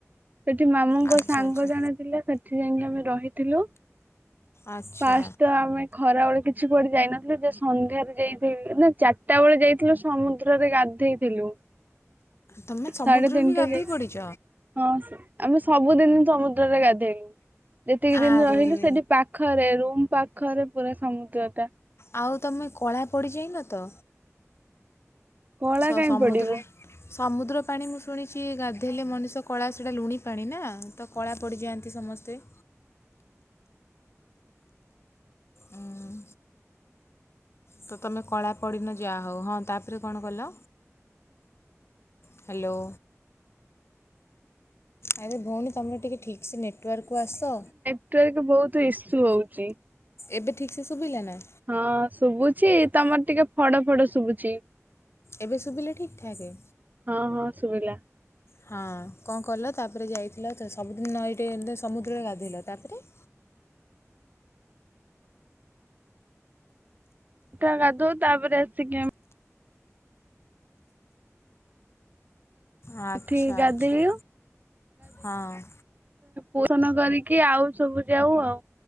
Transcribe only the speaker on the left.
ଆଚ୍ଛା
ଆଚ୍ଛା
ଆଚ୍ଛା
ତମେ ସମୁଦ୍ରରେ
ବି ଗାଧେଇ
ପଡ଼ିଛ
ଆରେ
ରେ
ଆଉ ତମେ କଳା ପଡ଼ିଯାଇନ ତ।
ସ-
ସମୁଦ୍ର
ସମୁଦ୍ର ପାଣି ମୁଁ ଶୁଣିଚି ଗାଧେଇଲେ କଲେ ମଣିଷ କଳା ସେଇଟା ଲୁଣି ପାଣି ନା ତ କଳା ପଡ଼ିଯାଆନ୍ତି ସମସ୍ତେ। ଉଁ, ତ ତମେ କଳା ପଡ଼ିନ ଯାହାହଉ ହଁ ତାପରେ କଣ କଲ। ହ୍ୟାଲୋ ଆରେ ଭଉଣୀ ତମର ଟିକେ ଠିକ ସେ ନେଟୱାର୍କକୁ ଆସ।
ଏବେ ଠିକ୍ ସେ ଶୁବିଲା ନା।
ଏବେ ଶୁବିଲା ଠିକ୍ ଠାକେ।
ହଁ କଣ କଲ ତାପରେ ଯାଇଥିଲ ତ ସବୁଦିନ ନଈଟେ ସମୁଦ୍ରରେ ଗାଧେଇଲ ତାପରେ।
ଆଚ୍ଛା
ଆଚ୍ଛା
ହଁ।